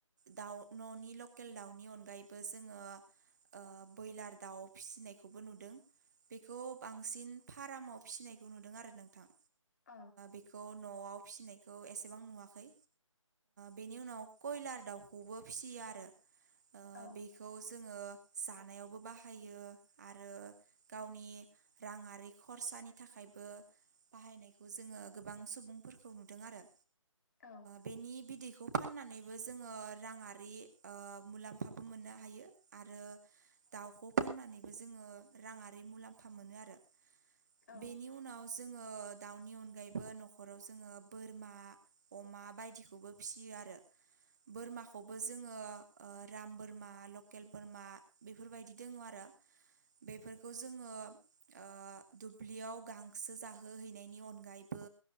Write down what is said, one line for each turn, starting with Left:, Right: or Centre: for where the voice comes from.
Right: दाउ न'नि लकेल दाउनि अनगायैबो जोङो ओ बयलार दाउ फिसिनायखौबो नुदों। बेखौ बांसिन फारामाव फिसिनायखौ नुदों आरो नोंथां।
Left: औ
Right: बेखौ न'आव फिसिनायखौ एसेबां नुवाखै। बेनि उनाव कयलार दाउखौबो फिसियो आरो
Left: औ
Right: बेखौ जों जोङो जानायावबो बाहायो आरो गावनि राङारि खरसा पानि थाखायबो बाहायनायखौ जोङो गोबां सुबुंफोरखौ नुदों आरो।
Left: औ
Right: बेनि बिदैखौ बेखौ फाननानैबो जोङो राङारि मुलाम्फाबो मोननो हायो। आरो दाउखौ फाननानैबो जोङो राङारि मुलाम्फा मोनो आरो।
Left: औ
Right: बेनि उनाव जोङो दाउनि अनगायैबो न'खराव जोङो बोरमा अमा बायदिखौबो फिसियो आरो बोरमाखौबो जोङो राम बोरमा लकेल बोरमा बेफोरबायदि दङ आरो। बेफोरखौ जोङो ओ दुब्लियाव गांसो जाहोहैनायनि अनगायैबो